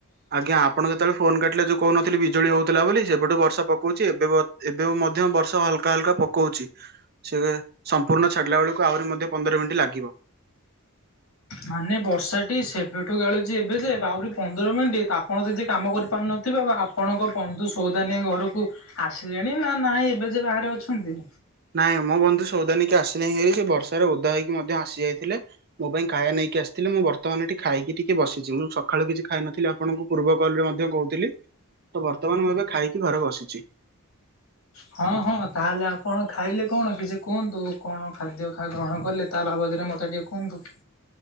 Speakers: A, on the right; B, on the left.
A: ଆଜ୍ଞା ଆପଣ ଯେତେବେଳେ ଫୋନ କାଟିଲେ ଯଉ କହୁନଥିଲେ ବିଜୁଳି ହଉଥିଲା ବୋଲି ସେବେଠୁ ବର୍ଷା ପକଉଛି ଏବେ ଏବେ ମଧ୍ୟ ବର୍ଷା ହଲକା ହାଲକା ପକଉଛି। ସେ ସମ୍ପୂର୍ଣ୍ଣ ଛାଡିଲା ବେଳକୁ ଆହୁରି ମଧ୍ୟ ପନ୍ଦର ମିନିଟ୍ ଲାଗିବ।
B: ମାନେ ବର୍ଷା ଟି ସେବେଠୁ ଗାଳୁଛି ଏବେ ଯେ ଆହୁରି ପନ୍ଦର ମିନିଟ୍ ତ ଆପଣ ଯଦି କାମ କର ପାରୁନଥିବେ ବା ଆପଣଙ୍କ ବନ୍ଧୁ ସଉଦା ନେଇ ଘରକୁ ଆସିଲେଣି ନା ନାଇଁ ଏବେ ଯେ ବାହାରେ ଅଛନ୍ତି।
A: ନାଇଁ ମୋ ବନ୍ଧୁ ସଉଦା ନେଇକି ଆସିଲେ <unintelligible> ବର୍ଷାରେ ଓଦା ହେଇକି ମଧ୍ୟ ଆସି ଯାଇଥିଲେ। ମୋ ପାଇଁ ଖାଇବା ନେଇକି ଆସିଥିଲେ ମୁଁ ବର୍ତ୍ତମାନ ଏଠି ଖାଇକି ଟିକେ ବସିଛି ମୁଁ ସକାଳୁ କିଛି ଖାଇନଥିଲି ଆପଣଙ୍କୁ ପୂର୍ବ କଲ ରେ ମଧ୍ୟ କହୁଥିଲି ତ ବର୍ତ୍ତମାନ ମୁଁ ଏବେ ଖାଇକି ଘରକୁ ବସିଛି।
B: ହଁ ହଁ ତାହେଲେ ଆପଣ ଖାଇଲେ କଣ କିଛି କୁହନ୍ତୁ କଣ ଖାଦ୍ୟ ଖା ଗ୍ରହଣ କଲେ। ତା ବାବଦରେ ମତେ ଟିକେ କୁହନ୍ତୁ।